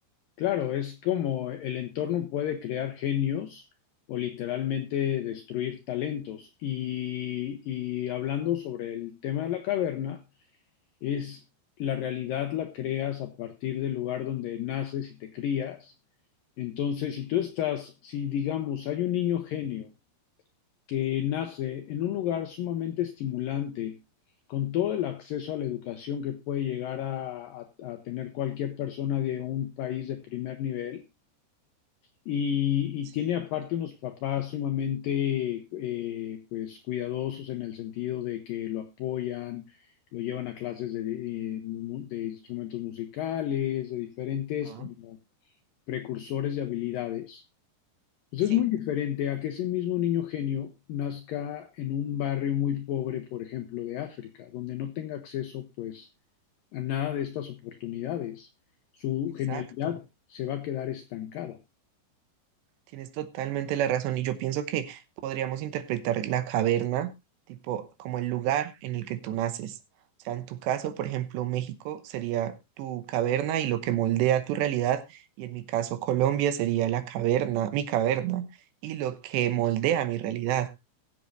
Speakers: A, on the left; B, on the right.
A: Claro, es como el entorno puede crear genios o literalmente destruir talentos. Y, y hablando sobre el tema de la caverna, es la realidad la creas a partir del lugar donde naces y te crías. Entonces, si tú estás, si digamos hay un niño genio que nace en un lugar sumamente estimulante, con todo el acceso a la educación que puede llegar a a- a tener cualquier persona de un país de primer nivel, y,
B: Sí.
A: y tiene aparte unos papás sumamente eh, pues cuidadosos en el sentido de que lo apoyan, lo llevan a clases de, de- de instrumentos musicales, de diferentes
B: Ajá.
A: como precursores de habilidades. Pues
B: Sí,
A: es muy diferente a que ese mismo niño genio nazca en un barrio muy pobre, por ejemplo, de África, donde no tenga acceso pues a nada de estas oportunidades. Su
B: exacto.
A: genialidad se va a quedar estancada.
B: Tienes totalmente la razón y yo pienso que podríamos interpretar la caverna tipo como el lugar en el que tú naces. O sea, en tu caso, por ejemplo, México sería tu caverna y lo que moldea tu realidad y en mi caso Colombia sería la caverna, mi caverna y lo que moldea mi realidad.